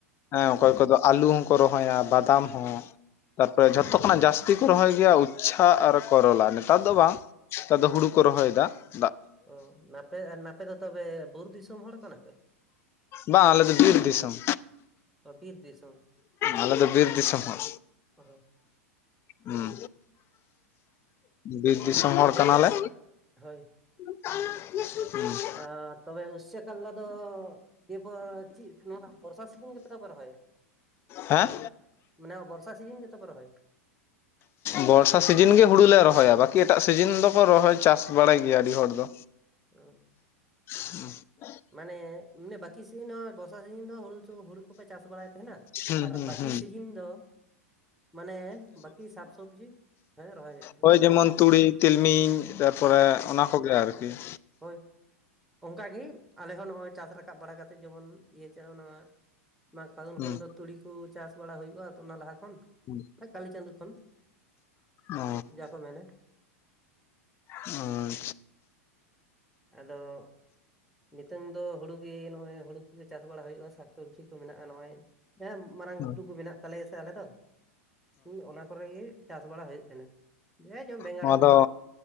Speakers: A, on the left (about 30°); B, in the centre.
A: ᱦᱮᱸ ᱚᱠᱚᱭ ᱠᱚᱫᱚ ᱟᱞᱩ ᱦᱚᱸᱠᱚ ᱨᱚᱦᱚᱭᱟ ᱵᱟᱫᱟᱢ ᱦᱚᱸ ᱛᱟᱨᱯᱚᱨᱮ ᱡᱚᱛᱚ ᱡᱚᱛᱚ ᱠᱷᱚᱱᱟᱜ ᱡᱟᱹᱥᱛᱤ ᱠᱚ ᱨᱚᱦᱚᱭ ᱜᱮᱭᱟ ᱩᱪᱪᱷᱟ ᱟᱨ ᱠᱚᱨᱚᱞᱟ ᱾ ᱱᱮᱛᱟᱨ ᱫᱚ ᱵᱟᱝ ᱱᱮᱛᱟᱨ ᱫᱚ ᱦᱩᱲᱩ ᱠᱚ ᱨᱚᱦᱚᱭᱮᱫᱟ ᱾
B: ᱚ ᱱᱟᱯᱮ ᱟᱨ ᱱᱟᱯᱮ ᱫᱚ ᱛᱚᱵᱮ ᱵᱩᱨᱩ ᱫᱤᱥᱚᱢ ᱦᱚᱲ ᱠᱟᱱᱟᱯᱮ?
A: ᱵᱟᱝ ᱟᱞᱮ ᱫᱚ ᱵᱤᱨ ᱫᱤᱥᱚᱢ᱾
B: ᱵᱤᱨ ᱫᱤᱥᱚᱢ
A: ᱟᱞᱮ ᱫᱚ ᱵᱤᱨ ᱫᱤᱥᱚᱢ ᱦᱚᱲ᱾
B: ᱚ
A: ᱦᱩᱸ ᱵᱤᱨ ᱫᱤᱥᱚᱢ
B: ᱛᱚᱵᱮ
A: ᱦᱚᱲ ᱠᱟᱱᱟᱞᱮ᱾
B: ᱦᱳᱭ᱾
A: <unintelligible>
B: ᱟᱨ ᱛᱚᱵᱮ ᱩᱥᱥᱟᱹ ᱠᱟᱞᱞᱟ ᱫᱚ, ᱠᱮᱵᱟ ᱪᱮᱫ ᱱᱚᱣᱟ ᱵᱚᱨᱥᱟ ᱥᱤᱡᱤᱱ ᱜᱮᱛᱚ ᱯᱮ ᱨᱚᱦᱚᱭᱟ?
A: ᱦᱮᱸ
B: ᱢᱟᱱᱮ ᱵᱚᱨᱥᱟ ᱥᱤᱡᱤᱱ ᱜᱮᱛᱚ ᱯᱮ ᱨᱚᱦᱚᱭᱟ?
A: ᱵᱚᱨᱥᱟ ᱥᱤᱡᱤᱱ ᱜᱮ ᱦᱩᱲᱩᱞᱮ ᱨᱚᱦᱚᱭᱟ ᱵᱟᱹᱠᱤ ᱮᱴᱟᱜ ᱥᱤᱡᱤᱱ ᱫᱚᱠᱚ ᱨᱚᱦᱚᱭ ᱪᱟᱥ ᱵᱟᱲᱟᱭ ᱜᱮᱭᱟ ᱟᱹᱰᱤ ᱦᱚᱲ ᱫᱚ᱾
B: ᱦᱩᱸ᱾
A: <unintelligible>
B: ᱢᱟᱱᱮ ᱵᱟᱹᱠᱤ ᱥᱤᱡᱤᱱ ᱦᱚᱸ ᱵᱚᱨᱥᱟ ᱥᱤᱡᱤᱱ ᱫᱚ ᱦᱩᱲᱩ ᱦᱩᱲᱩ ᱠᱚᱯᱮ ᱪᱟᱥ ᱵᱟᱲᱟᱭ ᱛᱟᱦᱮᱱᱟ
A: ᱦᱩᱸ
B: ᱟᱨ ᱵᱟᱠᱤ
A: ᱦᱩᱸ
B: ᱥᱤᱡᱤᱱ ᱫᱚ ᱢᱟᱱᱮ ᱵᱟᱠᱤ ᱥᱟᱠᱥᱚᱵᱽᱡᱤ᱾ ᱦᱮᱸ ᱨᱚᱦᱚᱭ ᱦᱩᱭᱩᱜ ᱠᱟᱱᱟ
A: ᱦᱳᱭ
B: ᱵᱟᱝ
A: ᱡᱮᱢᱚᱱ ᱛᱩᱲᱤ ᱛᱤᱞᱢᱤᱧ ᱛᱟᱨᱯᱚᱨᱮ
B: ᱦᱳᱭ
A: ᱚᱱᱟ ᱠᱚᱜᱮ ᱟᱨᱠᱤ ᱾
B: ᱦᱳᱭ ᱚᱱᱠᱟᱜᱮ ᱟᱞᱮ ᱦᱚᱸ ᱱᱚᱜᱼᱚᱭ ᱪᱟᱥ ᱨᱟᱠᱟᱵ ᱵᱟᱲᱟ ᱠᱟᱛᱮ ᱡᱮᱢᱚᱱ ᱤᱭᱟᱹ ᱪᱟᱣ ᱚᱱᱟ ᱢᱟᱜᱽ ᱯᱷᱟᱹᱜᱩᱱ
A: ᱦᱩᱸ
B: ᱠᱷᱚᱱ ᱫᱚ ᱛᱩᱲᱤ ᱠᱚ ᱪᱟᱥ ᱵᱟᱲᱟ ᱦᱩᱭᱩᱜᱼᱟ ᱛᱚ ᱚᱱᱟ ᱞᱟᱦᱟ ᱠᱷᱚᱱ᱾
A: <inaudible>
B: ᱠᱟᱞᱤ ᱪᱟᱸᱫᱳ ᱠᱷᱚᱱ
A: ᱚ
B: ᱡᱟᱠᱚ ᱢᱮᱱᱟ᱾
A: ᱦᱳᱭ᱾
B: ᱟᱫᱚ᱾ ᱱᱤᱛᱚᱝ ᱫᱚ ᱦᱩᱲᱩ ᱜᱮ ᱱᱚᱜᱼᱚᱭ ᱦᱩᱲᱩ ᱠᱚᱜᱮ ᱪᱟᱥ ᱵᱟᱲᱟ ᱦᱩᱭᱩᱜᱼᱟ ᱥᱟᱠᱥᱚᱵᱽᱡᱤ ᱠᱚ ᱢᱮᱱᱟᱜᱼᱟ ᱱᱚᱜᱼᱚᱭ ᱦᱮ᱾ ᱢᱟᱨᱟᱝ ᱜᱷᱩᱴᱩ
A: ᱦᱮᱸ
B: ᱠᱚ ᱢᱮᱱᱟᱜ ᱛᱟᱞᱮᱭᱟ ᱥᱮ ᱟᱞᱮ ᱫᱚ ᱦᱩᱸ ᱚᱱᱟ ᱠᱚᱨᱮ ᱜᱮ ᱪᱟᱥ ᱵᱟᱲᱟ ᱦᱩᱭᱩᱜ ᱛᱟᱦᱮᱱᱟ᱾ ᱦᱮ ᱡᱚᱢ ᱵᱮᱸᱜᱟᱲᱮᱵᱷᱚᱝ
A: ᱱᱚᱣᱟ ᱫᱚ